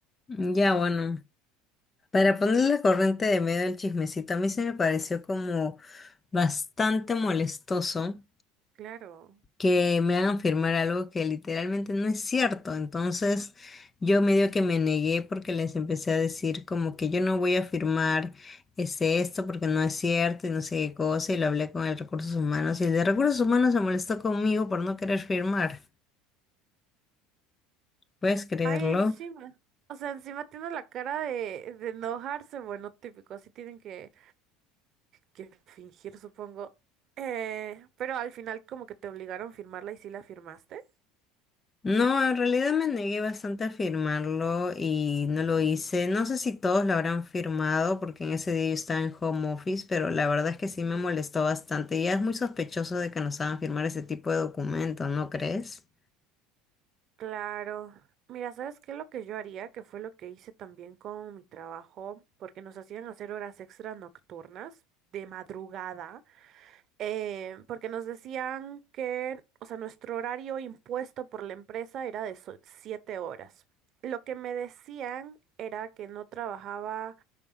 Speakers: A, on the left; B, on the right.
A: Ya bueno, para ponerle la corriente de medio al chismecito, a mí se me pareció como bastante molestoso
B: Claro.
A: que me hagan firmar algo que literalmente no es cierto. Entonces, yo medio que me negué porque les empecé a decir como que yo no voy a firmar este esto porque no es cierto y no sé qué cosa y lo hablé con el recursos humanos y el de recursos humanos se molestó conmigo por no querer firmar. ¿Puedes creerlo?
B: Ay, encima. O sea, encima tiene la cara de, de enojarse. Bueno, típico, así tienen que, que fingir, supongo. Eh, pero al final como que te obligaron a firmarla y sí la firmaste.
A: No, en realidad me negué bastante a firmarlo y no
B: Ujú,
A: lo hice. No sé si todos lo habrán firmado porque en ese día yo estaba en home office, pero la verdad es que
B: ujú.
A: sí me molestó bastante. Y ya es muy sospechoso de que nos hagan firmar ese tipo de documentos, ¿no crees?
B: Claro. Mira, ¿sabes qué? Lo que yo haría, que fue lo que hice también con mi trabajo, porque nos hacían hacer horas extra nocturnas de madrugada. eh, porque nos decían que, o sea, nuestro horario impuesto por la empresa era de so- siete horas. Lo que me decían era que no trabajaba